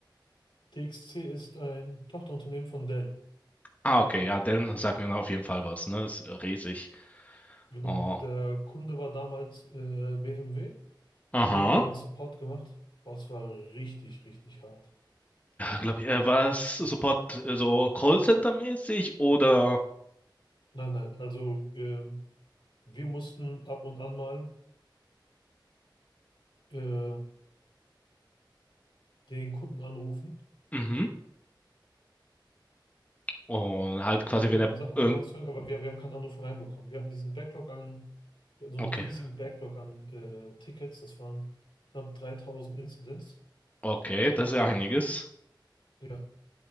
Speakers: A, on the left; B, on the left.
A: DXC ist ein Tochterunternehmen von Dell.
B: Ah, okay, ja, dann sagt mir auf jeden Fall was, ne? Ist riesig.
A: Genau.
B: Oh.
A: Der Kunde war damals äh, BMW.
B: Aha.
A: Für die haben wir den Support gemacht. Boah, es war richtig, richtig hart.
B: Glaube ich, äh, war es Support äh, so Callcenter-mäßig oder?
A: Nein, nein. Also ähm, wir mussten ab und an mal äh, den Kunden anrufen
B: Mhm. Und halt quasi,
A: um, um
B: wenn er.
A: Sachen,
B: Ähm,
A: um Sachen zu hören, aber wir, wir haben keinen Anruf reinbekommen. Wir hatten diesen Backlog an, wir hatten so
B: okay.
A: einen riesigen Backlog an äh, Tickets, das waren knapp 3000 Incidents.
B: Okay, das ist ja einiges.
A: Ja,